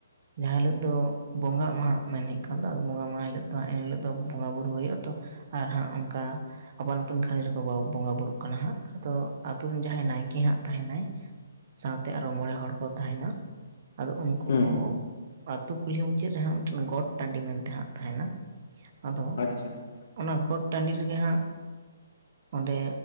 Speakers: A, on the right; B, on the left.
A: ᱡᱟᱦᱟᱸ ᱦᱤᱞᱳᱜ ᱫᱚ ᱵᱚᱸᱜᱟᱜ ᱢᱟᱦᱟ ᱢᱮᱱ ᱦᱩᱭᱩᱜ ᱠᱟᱱ ᱫᱚ ᱵᱚᱸᱜᱟ ᱢᱟᱦᱟ ᱦᱤᱞᱳᱜ ᱫᱚ ᱦᱟᱸᱜ ᱮᱱ ᱦᱤᱞᱚᱜ ᱫᱚ ᱵᱚᱸᱜᱟ ᱵᱩᱨᱩ ᱦᱩᱭᱩᱜᱼᱟ ᱛᱚ ᱟᱨ ᱦᱟᱸᱜ ᱚᱱᱠᱟ ᱟᱯᱟᱱ ᱟᱹᱯᱤᱱ ᱜᱷᱟᱹᱭ ᱨᱮ ᱵᱟᱵᱟᱣ ᱵᱚᱸᱜᱟ ᱵᱩᱨᱩᱜ ᱠᱟᱱᱟ ᱦᱟᱸᱜ ᱟᱫᱚ ᱟᱹᱛᱩ ᱨᱮᱱ ᱡᱟᱦᱟᱸᱭ ᱱᱟᱭᱠᱮ ᱦᱟᱸᱜ ᱛᱟᱦᱮᱸᱱᱟᱭ ᱥᱟᱶᱛᱮ ᱟᱨᱚ ᱢᱚᱬᱮ ᱦᱚᱲ ᱠᱚ ᱛᱟᱦᱮᱸᱱᱟ ᱟᱫᱚ ᱩᱱᱠᱩ
B: ᱦᱩᱸ
A: ᱠᱚ ᱟᱹᱛᱩ ᱠᱩᱞᱦᱤ ᱢᱩᱪᱟᱹᱫ ᱨᱮ ᱦᱟᱸᱜ ᱢᱤᱫᱴᱟᱝ ᱜᱚᱴ ᱴᱟᱺᱰᱤ ᱢᱮᱱᱛᱮ ᱦᱟᱸᱜ ᱛᱟᱦᱮᱸᱱᱟ ᱟᱫᱚ
B: ᱟᱪᱪᱷᱟ ᱾
A: ᱚᱱᱟ ᱜᱚᱴ ᱴᱟᱺᱰᱤ ᱨᱮᱜᱮ ᱦᱟᱸᱜ ᱚᱸᱰᱮ